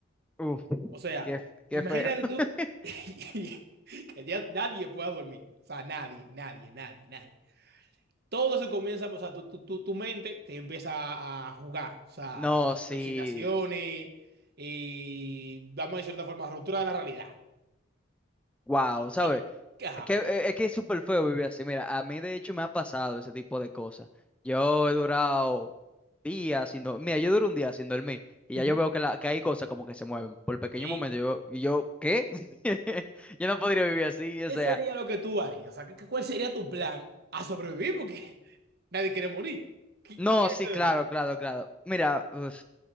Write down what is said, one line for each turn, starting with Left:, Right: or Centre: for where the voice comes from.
Centre: Uf,
Right: O sea,
Centre: qué, qué
Right: imagínate
Centre: feo. <laughs>
Right: tú <laughs> que ya nadie pueda dormir. O sea, nadie, nadie, nadie, nadie. todo se comienza, o sea, tu, tu, tu, tu mente te empieza a jugar, o sea,
Centre: No, sí,
Right: alucinaciones, y vamos a decir de cierta forma, ruptura de la realidad.
Centre: wow, ¿sabes?
Right: ¿Qué? Ajá.
Centre: Es que, eh, es que es súper feo vivir así. Mira, a mí de hecho me ha pasado ese tipo de cosas. Yo he durado días sin dormir. Mira, yo duro un día sin dormir y
Right: Ujú.
Centre: ya yo veo que, la, que hay cosas como que se mueven por pequeño
Right: Sí.
Centre: momento. Yo, y yo, ¿qué? <laughs> Yo no podría vivir así, o
Right: ¿Qué
Centre: sea.
Right: sería lo que tú harías? O sea, ¿qué- qué- ¿cuál sería tu plan a sobrevivir? Porque <laughs> nadie quiere morir. ¿Qué,
Centre: No,
Right: qué
Centre: sí,
Right: te
Centre: claro,
Right: daría?
Centre: claro, claro. Mira, uf,